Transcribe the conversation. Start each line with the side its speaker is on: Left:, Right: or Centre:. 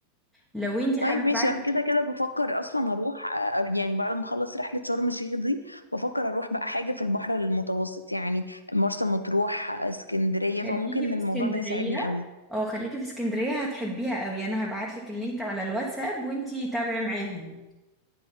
Centre: لو انت حابه
Left: طيب ماشي
Centre: ابعت
Left: انا كده كده بفكر اصلا اروح آه، يعني بعد ما اخلص رحلة شرم الشيخ دي بفكر اروح بقى حاجة في البحر المتوسط يعني مرسى مطروح آه، اسكندرية
Centre: خليكي
Left: فممكن
Centre: في
Left: الموضوع
Centre: اسكندريه
Left: ده يساعدني قوي
Centre: اه خليكي في اسكندريه هتحبيها قوي انا هبعت لك اللينك على الواتساب وانت تابعي معاهم